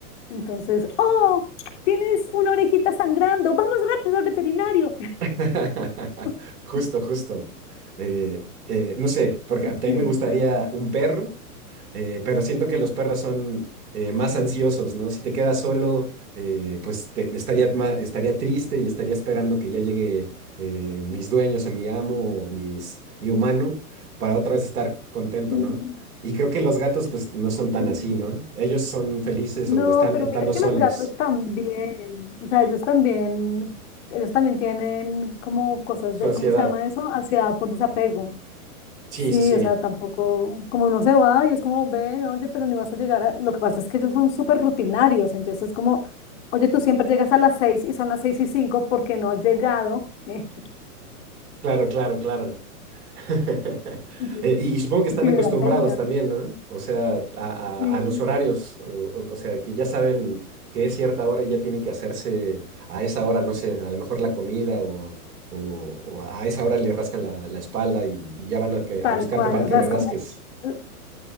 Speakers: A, on the left; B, on the right.
A: Entonces, oh, tienes una orejita sangrando, vamos rápido al veterinario.
B: <laughs>
A: <laughs>
B: Justo, justo. Eh, eh, no sé, porque a también
A: Sí.
B: me gustaría un perro, eh, pero siento que los perros son eh, más ansiosos, ¿no? Si te quedas solo, eh, pues te- estaría, ma- estaría triste y estaría esperando que ya llegue eh, mis dueños o mi amo o mis, mi humano para otra vez estar contento,
A: Mm,
B: ¿no? Y creo que los gatos, pues, no son tan
A: sí.
B: así, ¿no? Ellos son felices
A: No,
B: o están
A: pero
B: estando
A: mira que
B: solos.
A: los gatos también, o sea, ellos también, ellos también tienen como cosas
B: Su
A: de,
B: ansiedad.
A: ¿cómo se llama eso? Ansiedad por desapego.
B: Sí,
A: Sí,
B: sí, sí.
A: o sea, tampoco, como uno se va y es como, ven, oye, pero ni vas a llegar a... Lo que pasa es que ellos son súper rutinarios, entonces es como, oye, tú siempre llegas a las seis y son las seis y cinco porque no has llegado. <laughs>
B: Claro, claro, claro. <laughs>
A: Dios,
B: Eh, Y, y supongo que
A: Si
B: están
A: tuvieran
B: acostumbrados
A: celular.
B: también, ¿no? O sea, a,
A: Sí,
B: a- a los horarios, o, o- o sea, que ya saben que es cierta hora y ya tienen que hacerse a esa hora, no sé, a lo mejor la comida o, o- o a esa hora le rascan la, la espalda y, y ya van a, que-
A: tal
B: a buscarte
A: cual.
B: para
A: O
B: que
A: sea,
B: le
A: es
B: rasques.
A: como eh,